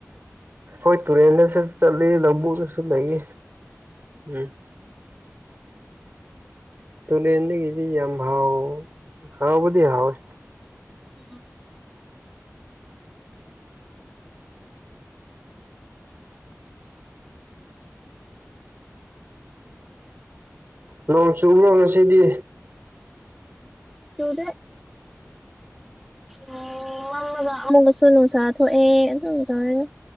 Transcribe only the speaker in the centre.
ꯎꯝ
ꯆꯨꯗꯦ ꯑꯣ ꯑꯃꯨꯛꯒꯁꯨ ꯅꯨꯡꯁꯥ ꯊꯣꯛꯑꯦ ꯑꯗꯨꯝ ꯇꯧꯔꯦꯒ